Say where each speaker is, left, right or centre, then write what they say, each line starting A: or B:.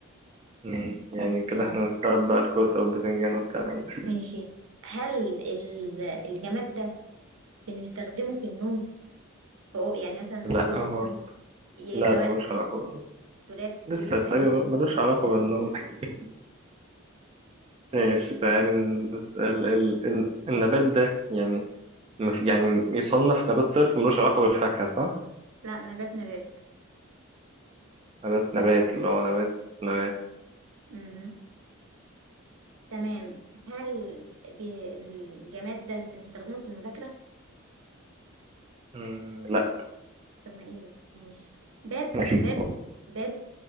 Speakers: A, on the right; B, on the right.
A: مم. يعني كده
B: تمام
A: احنا نستوعب بقى الكوسة والبتنجان والكلام ده
B: ماشي هل ال- الجماد ده بنستخدمه في النوم فوق يعني مثلا
A: لا
B: موجود
A: برضه
B: ي-
A: لا
B: سواء
A: لا ملوش علاقة
B: دولاب سرير
A: لسه تسألي
B: اي حاجه
A: ملوش علاقة بالنوم
B: <laughs>
A: <laughs>
B: ماشي
A: ماشي تعالي نسأل ال... ال... النبات ده يعني مف... يعني يصنف نبات صرف ملوش علاقة بالفاكهة صح؟
B: لا نبات نبات
A: نبات نبات اللي هو نبات نبات
B: مهم. تمام هل بي... الجماد ده بنستخدمه في المذاكره
A: مم، لا
B: طب ما ايه ده ماشي باب
A: <laughs>
B: باب باب